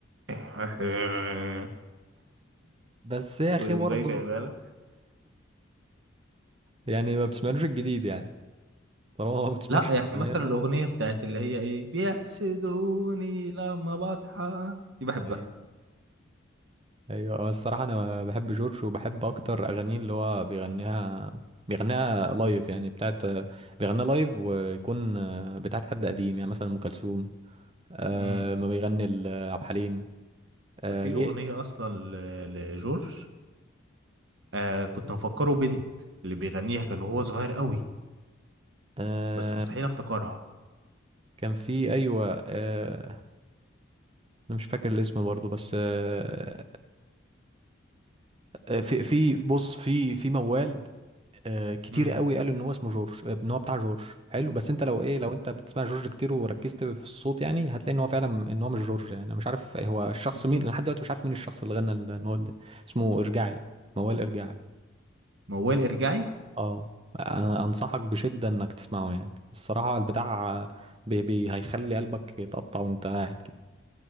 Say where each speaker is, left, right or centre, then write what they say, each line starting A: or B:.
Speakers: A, on the right; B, on the right.
A: <laughs>
B: بس يا اخي
A: ويقوم
B: برضه
A: جاي جايبها لك
B: يعني ما بتسمعلوش الجديد يعني طالما ما بتسمعش
A: لا يعني
B: الفنير
A: مثلا
B: ده
A: الاغنيه بتاعت اللي هي ايه بيحسدوني لما بضحك دي بحبها
B: ايوه ايوه هو الصراحه انا بحب جورج وبحب اكتر اغانيه اللي هو بيغنيها بيغنيها لايف يعني بتاعت بيغنيها لايف ويكون بتاعت حد قديم يعني مثلا ام كلثوم آه
A: امم
B: ما بيغني ل- عبد الحليم آه
A: ده في
B: ليه
A: اغنيه اصلا ل- لجورج آه كنت مفكره بنت اللي بيغنيها كان هو صغير قوي
B: آه
A: بس مستحيل افتكرها
B: كان في ايوه آه انا مش فاكر الاسم برضو بس آه آه، في في بص في في موال آه، كتير
A: امم
B: قوي قالوا ان هو اسمه جورج آه، ان هو بتاع جورج حلو بس انت لو ايه لو انت بتسمع جورج كتير وركزت في الصوت يعني هتلاقي ان هو فعلا ان هو مش جورج يعني انا مش عارف هو الشخص
A: امم
B: مين انا لحد دلوقتي مش عارف مين الشخص اللي غنى المواد ده اسمه ارجعي موال ارجعي
A: موال ارجعي
B: اه انا انصحك بشدة انك تسمعه يعني الصراحة البتاع بي بي هيخلي قلبك يتقطع وانت قاعد كده